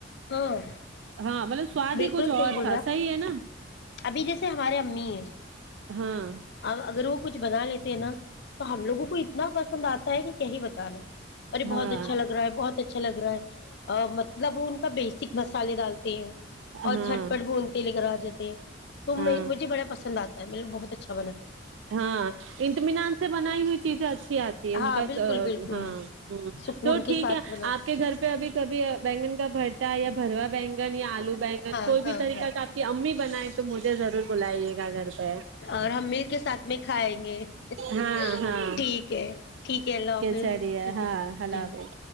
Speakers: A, on the left; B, on the right.
A: ہاں
B: ہاں مطلب سواد
A: بالکل
B: ہی کچھ
A: صحیح
B: اور
A: بول
B: تھا
A: رہا
B: صحیح ہے نا
A: ابھی جیسے ہمارے ارے امی ہیں
B: ہاں
A: اب اگر وہ کچھ بنا لیتے ہیں نا تو ہم لوگوں کو اتنا پسند آتا ہے کہ کہی بتانا اور یہ
B: ہاں
A: بہت اچھا لگ رہا ہے بہت اچھا لگ رہا ہے مطلب ان کا بیسک مسالے ڈالتے ہیں
B: ہاں
A: اور جھٹپٹ بھنتے لگا جتے ہے تم
B: ہاں
A: مجھے بڑا پسند آتا تمیںل بہت اچھا بنا
B: ہاں انطمینان سے بنائی ہوئی <unintelligible> آتی ہے ان
A: ہاں
B: کا
A: بالکل بالکل
B: ہاں ہ
A: سکون
B: تو
A: کے
B: ٹھیک
A: ساتھ
B: ہے
A: بنا
B: آپ کے گھر پہ ابھی کبھی بینگن کا بھرتا ہے یا بھروا بینگا نہیں آلو ب
A: ہاں
B: کوئی
A: ہاں
B: بھی طریقہ
A: ہاں
B: کا آپ کی امی بنیں تو مجھے ضرور بلائیے گا گھر بیہ
A: اور ہم مل کے ساتھ میں کھائیں گے ٹھیک
B: ہاں ہاں
A: ہے ٹھیک ہے اللہ حافظ
B: چلیے
A: ٹھیک
B: ہاں
A: ہے
B: اللہ
A: جی
B: حافظ